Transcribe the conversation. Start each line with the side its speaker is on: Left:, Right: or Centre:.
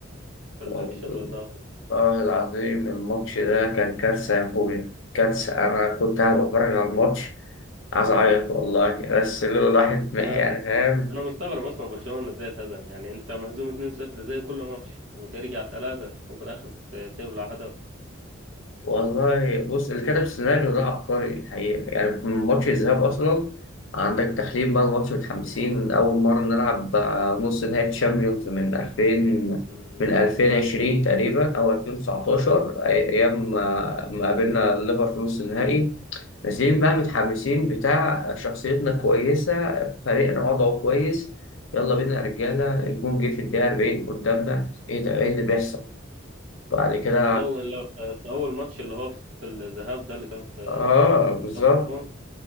Right: في
Left: والله
Right: الشوط الإضافي
Left: العظيم الماتش ده كان كارثة يا أخويا كارثة أنا كنت قاعد بتفرج على الماتش عايز أعيط والله بس اللي هو الواحد م- يعني
Right: أنا
Left: فاهم
Right: انا مستغرب اصلا برشلونة ازاي اتهزم يعني انت مهزوم 2-0 زي كل ماتش وترجع 3 وفي الاخر ت- تبلع هدف
Left: والله بص اللي كتب السيناريو ده عبقري الحقيقة يعني في ماتش الذهاب أصلا عندك تحليل بقى الماتش متحمسين أول مرة نلعب آه، نص نهائي تشامبيونز من 2000
Right: أمم،
Left: من
Right: اه
Left: 2020
Right: بالظبط
Left: تقريبا أو 2019 أي- أيام ما ما قابلنا الليفر في نص النهائي نازلين بقى متحمسين بتاع شخصيتنا كويسة فريقنا وضعه كويس يلا بينا يا رجالة الجون جه في الدقيقة 40 قدامنا إيه ده إيه اللي بيحصل بعد كده
Right: لو لو في في اول ماتش اللي هو في الذهاب ده اللي كان في
Left: اه بالظبط
Right: في الكامب نو